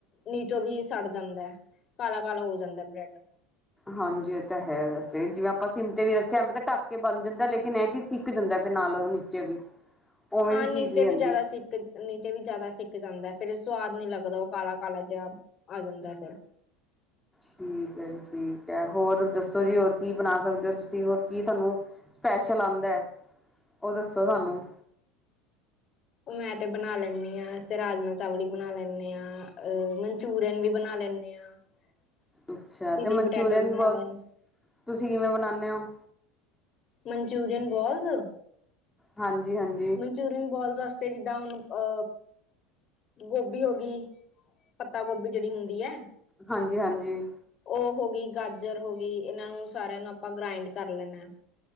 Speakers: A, on the left; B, in the centre.
A: ਨੀਚੋਂ ਵੀ ਸੜ ਜਾਂਦਾ ਕਾਲਾ- ਕਾਲਾ ਹੋ ਜਾਂਦਾ ਬ੍ਰੈਡ
B: ਹਾਂਜੀ ਇਹ ਤਾਂ ਹੈ ਵੈਸੇ ਜਿਵੇਂ ਆਪਾਂ ਸਿਮ ਤੇ ਵੀ ਰੱਖਿਆ ਵੇ ਤਾਂ ਢੱਕ ਕੇ ਬਣ ਜਾਂਦਾ ਲੇਕਿਨ ਇਹ ਕਿ ਛਿੱਕ ਜਾਂਦਾ ਫਿਰ ਨਾਲ ਨੀਚੇ ਵੀ ਉਵੇਂ
A: ਹਾਂ
B: ਦੀ ਚੀਜ਼
A: ਨੀਚੇ
B: ਰਹਿੰਦੀ
A: ਵੀ ਜ਼ਿਆਦਾ ਛਿੱਕ ਨੀਚੇ ਵੀ ਜ਼ਿਆਦਾ ਸਿੱਕ ਜਾਂਦਾ, ਫੇਰ ਸਵਾਦ ਨੀ ਲੱਗਦਾ, ਉਹ ਕਾਲਾ-ਕਾਲਾ ਜਿਹਾ ਆ ਜਾਂਦਾ ਫਿਰ।
B: ਠੀਕ ਹੈ ਜੀ ਠੀਕ ਹੈ, ਹੋਰ ਦੱਸੋ? ਜੀ ਹੋਰ ਕੀ ਬਣਾ ਸਕਦੇ ਹੋ ਤੁਸੀਂ ਹੋਰ ਕੀ ਤੁਹਾਨੂੰ ਸਪੈਸ਼ਲ ਆਦਾ ਹੈ, ਉਹ ਦੱਸੋ ਤੁਾਨੂੰ
A: ਮੈਂ ਤੇ ਬਣਾ ਲੈਂਦੀ ਹਾਂ ਤੇ ਰਾਜਮਾਂ ਚਾਵਲ ਵੀ ਬਣਾ ਲੈਂਦੇ ਹਾਂ, ਅ ਮਨਚੂਰੀਅਨ ਵੀ ਬਣਾ ਲੈਂਦੇ ਹਾਂ। <unintelligible>
B: ਅੱਛਾ
A: ਚਿਲੀ
B: ਤੇ ਮਨਚੂਰੀਅਨ
A: ਪਟੈਟੋ ਵੀ ਬਣਾ
B: ਬ,
A: ਲੈਣ
B: ਤੁਸੀਂ ਕਿਵੇਂ ਬਣਾਉਦੇ ਹੋ?
A: ਮਨਚੂਰੀਅਨ ਬੋਲਸ
B: ਹਾਂਜੀ-ਹਾਂਜੀ,
A: ਮਨਚੂਰੀਅਨ ਬੋਲਸ ਵਾਸਤੇ ਜਿੱਦਾਂ ਹੁਣ ਅ ਗੋਭੀ ਹੋ ਗਈ, ਪੱਤਾ ਗੋਭੀ ਜਿਹੜੀ ਹੁੰਦੀ ਹੈ।
B: ਹਾਂਜੀ-ਹਾਂਜੀ,
A: ਉਹ ਹੋ ਗਈ ਗਾਜਰ ਹੋ ਗਈ, ਇਹਨਾਂ ਨੂੰ ਸਾਰਿਆਂ ਨੂੰ ਆਪਾਂ ਗ੍ਰਾਇੰਡ ਕਰ ਲੈਣਾ ਹੈ।